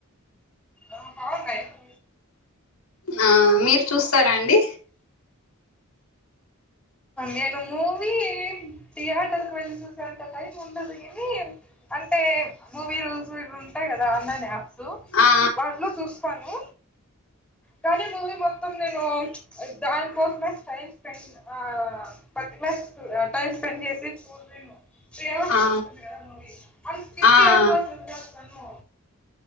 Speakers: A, in the centre; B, on the left.
A: ఓ బావుందా అయిబ్బు
B: ఆ మీరు చూస్తారా అండి.
A: నేను మూవీ థియేటర్క్ వెళ్ళి చూసే అంతా టైం ఉండదు గానీ. అంటే మూవీ రూల్స్ ఇవి ఉంటాయ్ గదా ఆన్లైన్ అప్స్. దు
B: ఆ
A: వాట్లో చూస్తాను. కానీ మూవీ మొత్తం నేను దాని కోసమే టై స్పెండ్. ఆ పట్టిల్లేస్తూ టైమ్ స్పెండ్ జేసి చూడలేను. దేవాసి
B: ఆ ఆ
A: ఉంటుంది కదా మూవీ అన్ స్కిప్
B: ఆ
A: చేస్కోన్
B: ఆ
A: చూసేస్తాను.